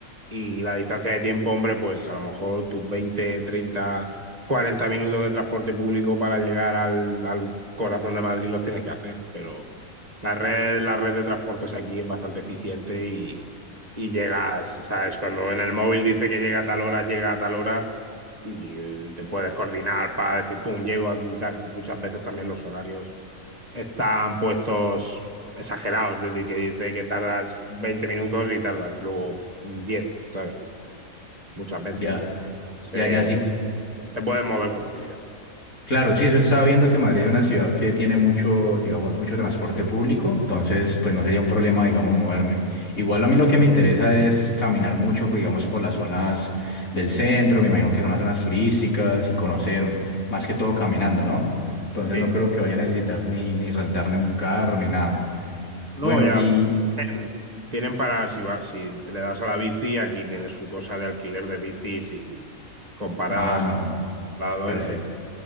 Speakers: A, on the right; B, on the left.
A: Y la distancia de tiempo, hombre, pues a lo mejor tus veinte treinta cuarenta minutos de transporte público para llegar al, al corazón de Madrid los tienes que hacer, pero la red, la red de transportes aquí es bastante eficiente y, y llegas, ¿sabes? Cuando en el móvil dice que llega a tal hora, llega a tal hora y eh, te puedes coordinar para decir, pum, llego aquí y tal. Muchas veces también los horarios están puestos exagerados, es decir, que dice que tardas 20 minutos y tardas luego 10, ¿sabes? Muchas veces.
B: ya,
A: Se,
B: ya, ya sí
A: se pueden mover con facilidad.
B: Claro, sí, eso estaba viendo que Madrid es una ciudad que tiene mucho, digamos, mucho transporte público, entonces pues no sería un problema, digamos, moverme. Igual a mí lo que me interesa es caminar mucho, digamos, por las zonas del centro, me imagino que son las zonas turísticas y conocer más que todo caminando, ¿no? Entonces
A: Sí,
B: no creo que vaya a necesitar ni, ni rentarme un carro ni nada.
A: no,
B: Bueno,
A: ya
B: y...
A: tienen, tienen para, si, va, si te le das a la bici, aquí tienes su cosa de alquiler de bicis y, con paradas
B: Ah, no,
A: a los lados
B: perfecto.
A: y ahí.